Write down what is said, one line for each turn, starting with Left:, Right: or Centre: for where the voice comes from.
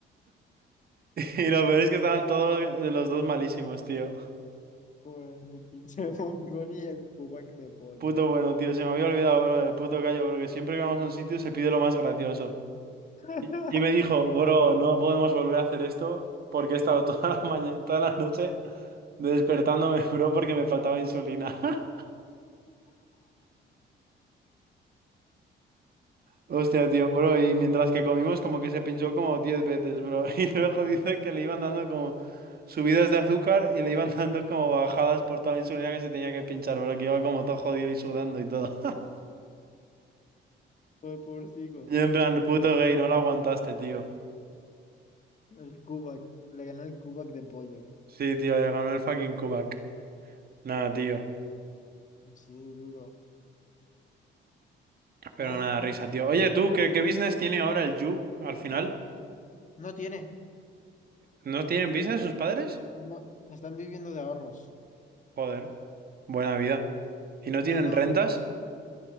Right: Y lo peor es que estaban todos eh, los dos malísimos, tío.
Left: Joder, el pinche <laughs> mongol y el pupac de pollo.
Right: Puto bueno, tío, se me había olvidado, bro, del puto Cayo, bro, que siempre que vamos a un sitio se pide lo más gracioso.
Left: <laughs>
Right: Y, y me dijo, bro, no podemos volver a hacer esto porque he estado toda la mañana, toda la noche despertándome, <laughs> bro, porque me faltaba insulina. <laughs> Hostia, tío, bro, y mientras que comimos como que se pinchó como 10 veces, bro. <laughs> Y luego dice que le iban dando como subidas de azúcar y le iban dando como bajadas por toda la insulina que se tenía que pinchar, bro, que iba como todo jodido y sudando y todo. <laughs>
Left: Joder, pobrecito.
Right: Y en plan, puto gay, no lo aguantaste, tío.
Left: El Kubak. Le ganó el Kubak de pollo.
Right: Sí, tío, le ganó el fucking Kubak. Nada, tío.
Left: Sí, duro.
Right: Pero
Left: Ay.
Right: nada, risa, tío. Oye, tú, ¿qué, qué business tiene ahora el Yu al final?
Left: No tiene.
Right: ¿No tienen business sus padres?
Left: No. Están viviendo de ahorros.
Right: Joder, buena vida. ¿Y no
Left: No,
Right: tienen
Left: no.
Right: rentas?